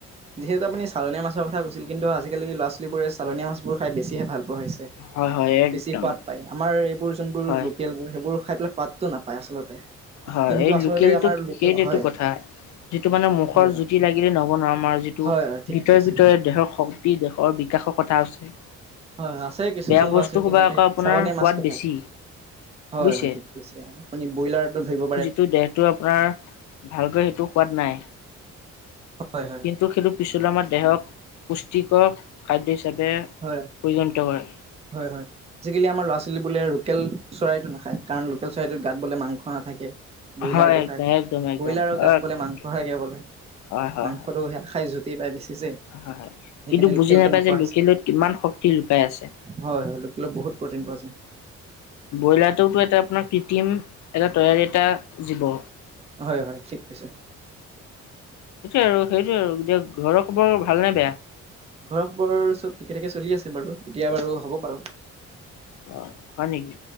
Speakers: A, on the right; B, on the left.
A: যিহেতু আপুনি চালনীয়া মাছৰ কথা কৈছিল, কিন্তু আজিকালি ল'ৰা ছোৱালীবোৰে চালনীয়া মাছবোৰ খাই বেছিহে ভাল পোৱা হৈছে।
B: হয় হয় একদম
A: বেছি সোৱাদ পাই। আমাৰ এইবোৰ যোনবোৰ
B: হয়
A: লোক- কেলবোৰ সেইবোৰ খাই পেলাই সোৱাদটো নাপায় আচলতে।
B: হয়,
A: কিন্তু
B: এই
A: আচলতে
B: লোকেলটোক
A: আমাৰ লোকেল
B: সেইটোৱে
A: হয়
B: টো কথা, - যিটো মানে মুখৰ
A: হয়
B: জুতি লাগিলে নহ'ব নহয়, আমাৰ যিটো
A: হয় হয় ঠিক
B: ভিতৰে
A: কৈছে।
B: ভিতৰে- দেহৰ শক্তি, দেহৰ বিকাশৰ কথা আছে।
A: হয়, আছে কিছুমান
B: বেয়া
A: ল'ৰা
B: বস্তু
A: ছোৱালী
B: সোপা
A: তেনেকে
B: আকৌ আপোনাৰ
A: চালনীয়া
B: সোৱাদ
A: মাছটো
B: বেছি
A: খায়। হয়
B: বুজিছে।
A: হয় ঠিক কৈছে, আপুনি ব্ৰইলাৰটো ধৰিব পাৰে।
B: টো দেহটো আপোনাৰ ভালকৈ সেইটো সোৱাদ নাই।
A: হয় হয়
B: কিন্তু সেইটো পিছলৈ আমাৰ দেহক পুষ্টিকৰ খাদ্য হিচাপে-
A: হয়,
B: পৰিগণিত কৰে।
A: হয় হয়। আজিকালি আমাৰ ল'ৰা ছোৱালী বোলে লোকেল চৰাইটো নাখায়, কাৰণ লোকেল চৰাইটোৰ গাত বোলে মাংস নাথাকে। ব্ৰইলাৰটো
B: হয় একদম
A: খাই,
B: একদম একদম
A: ব্ৰইলাৰৰ গাত
B: অকে
A: বোলে মাংস
B: অকে
A: থাকে বোলে।
B: হয় হয়
A: মাংসটো
B: হয়
A: খায় জুতি পাই বেছি যে, সেইকাৰণে
B: হয়। হয়। কিন্তু বুজি
A: লোকলটো
B: নাপায়
A: নোখোৱা
B: যে লোকেলত
A: হৈছে।
B: কিমান শক্তি লুকাই আছে?
A: হয় হয়, লোকেলত বহুত প্ৰটিন পোৱা যায়।
B: ব্ৰইলাৰটোওতো এটা আপোনাৰ কৃত্ৰিম এটা তৈয়াৰী এটা জীৱ।
A: হয় হয়, ঠিক কৈছে।
B: সেয়ে আৰু সেইটোয়ে আৰু দিয়ক। ঘৰৰ খবৰ ভাল নে বেয়া?
A: ঘৰৰ খবৰ চব ঠিকে ঠাকে চলি আছে বাৰু এতিয়া বাৰু হ'ব বাৰু
B: অ হয় নেকি